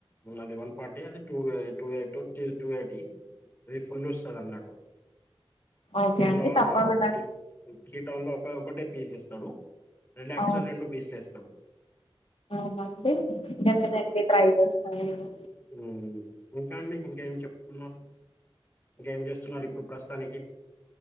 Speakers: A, on the left (about 25°); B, on the left (about 85°).
A: అది వన్ ఫార్టీ అది టూ ఎ టూ ఎయిటీ టూ ఎయిటీ అది ఫుల్ వస్తది అన్నట్టు
B: ఓకే
A: దీంట్లో
B: అండి తప్పకుండా
A: వాటికి <unintelligible> లో ఒక ఒకటే పీస్ వేస్తాడు రిలాక్స్
B: అవును
A: లో రెండు పీస్లు వేస్తడు
B: అవునండి డెఫినెట్లీ ట్రై చేస్తాను నేను
A: మ్మ్ ఇంకా అండి ఇంకేం చెప్పుకున్నాం. ఇంకేం చేస్తున్నారు ఇప్పుడు ప్రస్తుతానికి